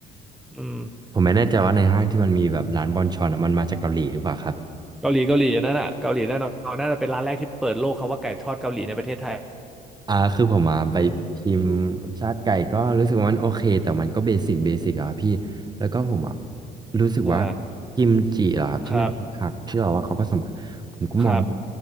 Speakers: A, in the centre; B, on the right.
A: อืม
B: ผมไม่แน่ใจว่าในห้างที่มันมีแบบร้านบอนชอนอะมันมาจากเกาหลีหรือเปล่าครับ
A: เกาหลีเกาหลีอันนั่นน่ะเกาหลีแน่นอนน่าจะเป็นร้านแรกที่เปิดโลกคำว่าไก่ทอดเกาหลีในประเทศไทย
B: อ่าคือผมมาไปชิมชาติไก่ก็รู้สึกว่ามันโอเคแต่มันก็เบสิกเบสิกอะครับพี่แล้วก็ผมอะรู้สึกว่า
A: ใช่
B: กิมจิเหรอครับที่มันเป็นผักที่แบบว่าเขาผสมกันผมก็มองว่า
A: ครับครับ